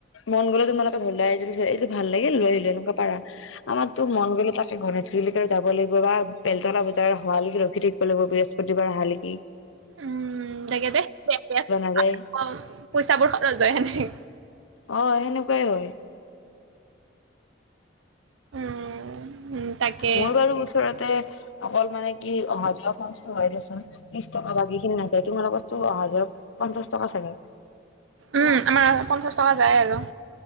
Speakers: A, on the left (about 85°); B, on the right (about 80°).
A: মন গ'লে তোমালোকে ধৰলে এইটো ভাল লাগিল লৈ আহিলো এনেকুৱা পাৰা। আমাৰতো মন গ'লে তাকে ঘণিত্ৰীলৈকে যাব লাগিব বা বেলতলা ব- তাৰ হোৱালৈকে ৰখি থাকিব লাগিব বৃহস্পতিবাৰ অহা লৈকে।
B: উম তাকে দেই পইচাবোৰ
A: নাযায়
B: সতত যায় সেনেক-
A: অ সেনেকুৱাই হয়।
B: উম ', উম, তাকে
A: মোৰ বাৰু ওচৰতে অকল মানে কি অহা যোৱা খৰচটো হয় দেচোন ত্ৰিছ টকা বাকী খিনি নাযায় তোমাৰ লগোকতো অহা যোৱা পঞ্চাশ টকা চাগে।
B: উম, আমাৰ পঞ্চাশ টকা যায় আৰু।